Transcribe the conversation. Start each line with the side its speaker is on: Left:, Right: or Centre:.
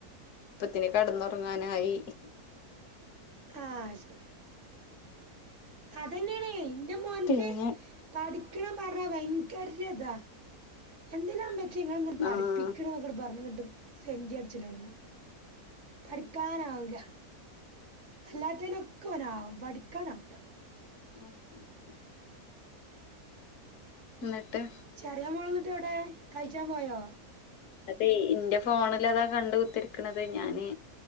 Left: ഇപ്പത്തിന് കട്ന്നൊറങ്ങാനായി
Right: ആഹ് ശരി അതന്നെണേ ന്റെ മോൻക്ക്
Left: പിന്നെ
Right: പഠിക്കണം പറഞ്ഞ ഭയങ്കരതാ എന്തിനാ മ്മച്ചിയെ ഇങ്ങള് ഇങ്ങനെ പഠിപ്പിക്ക്ണെ
Left: ആഹ്
Right: ങ്ങട്ട് പറഞ്ഞ്ങ്ങട്ട് സെന്റി അട്ച്ചലൊടങ്ങും പഠിക്കാനാവൂല്ല അല്ലാത്തേനൊക്കെ ഒനാവും പഠിക്കാനാവൂല്ല
Left: <unintelligible> ന്നട്ട്
Right: ചറിയ മോള്ന്ന്ട്ട് എവിടെ കൾച്ചാൻ പോയോ
Left: അതെ ന്റെ ഫോണിലതാ കണ്ട് കുത്തർക്ക്ണത് ഞാന്